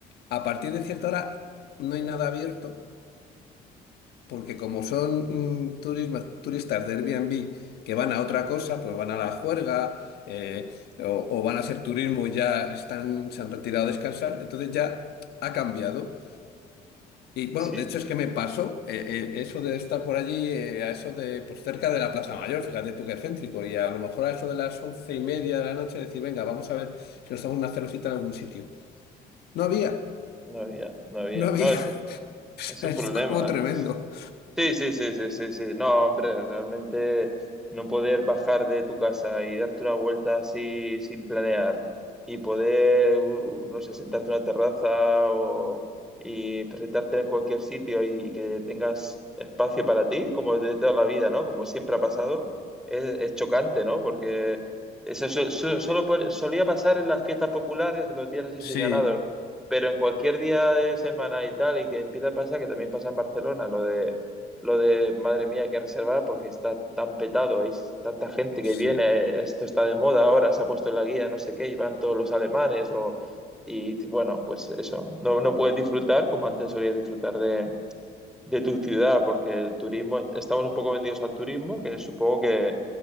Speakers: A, on the left; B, in the centre.
A: a partir de cierta hora no hay nada abierto porque como son mm, turisma- turistas de Airbnb que van a otra cosa, pues van a la juerga eh, o, o van a hacer turismo, ya están, se han retirado a descansar, entonces ya ha cambiado. Y bueno,
B: sí,
A: de hecho es que me pasó eh, eh, eso de estar por allí, eh, a eso de, pues cerca de la Plaza Mayor, fíjate tú qué céntrico, y a lo mejor a eso de las once y media de la noche decir, venga, vamos a ver si nos damos una cervecita en algún sitio. No había,
B: no había, no había.
A: no había,
B: No, es,
A: <laughs> o sea,
B: es un
A: es
B: problema,
A: como tremendo.
B: ¿eh? Sí, sí, sí, sí, sí, sí. No, hombre, realmente no poder bajar de tu casa y darte una vuelta así sin planear y poder, u- no sé, sentarte en una terraza o, y presentarte en cualquier sitio y que tengas espacio para ti, como de toda la vida, ¿no? Como siempre ha pasado, es, es chocante, ¿no? Porque eso so- so- solo po- solía pasar en las fiestas populares, en los días así
A: Sí,
B: señalados, pero en cualquier día de semana y tal, y que empieza a pasar, que también pasa en Barcelona, lo de lo de, madre mía, hay que reservar porque está tan petado, hay tanta gente que
A: sí.
B: viene, esto está de moda ahora, se ha puesto en la guía, no sé qué, y van todos los alemanes, o, y bueno, pues eso, no, no puedes disfrutar como antes solías disfrutar de, de tu ciudad, porque el turismo, estamos un poco vendidos al turismo, que supongo que,